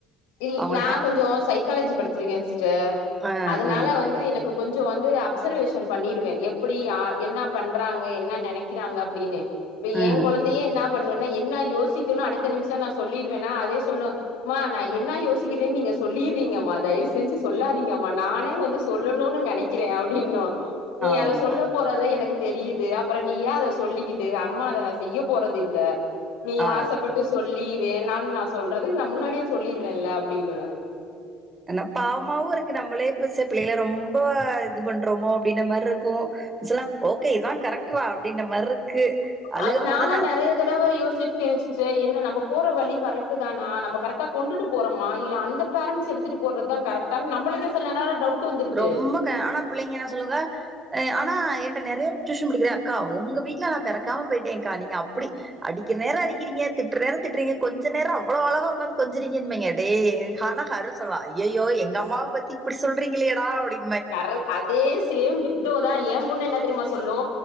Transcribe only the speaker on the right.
அவங்கள
ஹே
அ
அ
அ
ஆமா
ஆ
ஆனா பாவமாவு இருக்கு நம்மளே பச்ச பிள்ளைகள ரொம்ப இது பண்றோமோ அப்டின்ன மாரி இருக்கு சில ஓகே இதா கரெக்ட்ரா அப்படின்ற மாரி இருக்கு அழுகும்
போதுதா நா
அ
ரொம்ப க ஆனா புள்ளைங்க என்ன சொல்லுங்க ஆனா என்ட்ட நெறைய டியூஷன் படிக்கிற அக்கா உங்க வீ்ட்ல நா பிறக்காம போயிட்டேங்க்கா நீங்க அப்டி அடிக்கிற நேரோ அடிக்கிறீங்க திட்ற நேரோ திட்டுறீங்க கொஞ்ச்சிற நேர அவ்வளோ அழகா உட்காந்து கொஞ்சறீங்கன்னுன்பாங்க, டேய், ஆனா ஹரு சொல்லுவா ஐய்யயோ எங்க அம்மாவ பத்தி இப்டி சொல்றீங்களேடா அப்டின்னு